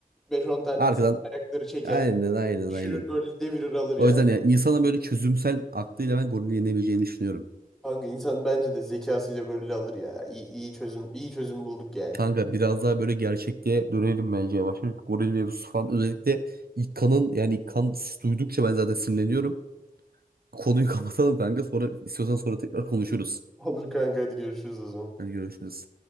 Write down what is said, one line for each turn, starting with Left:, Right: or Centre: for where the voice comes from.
Centre: beş on tane
Right: Arkadan
Centre: insan ayakları çeker.
Right: Aynen aynen
Centre: Düşürür
Right: aynen.
Centre: golü devirir alır ya.
Right: O yüzden ya insanın böyle çözümsel aklıyla ben gorili yenebileceğini düşünüyorum.
Centre: Kanka insan bence de zekasıyla golü alır ya. İyi, iyi çözüm iyi çözüm bulduk yani.
Right: Kanka biraz daha böyle gerçekliğe dönelim bence yavaş. yavaş. Goril mevzusu falan özellikle ilk kanın yani ilk kan duydukça ben zaten sinirleniyorum. Konuyu <laughs> kapatalım kanka sonra istiyorsan sonra tekrar konuşuruz.
Centre: <laughs> Olur kanka hadi görüşürüz o zaman.
Right: Hadi görüşürüz.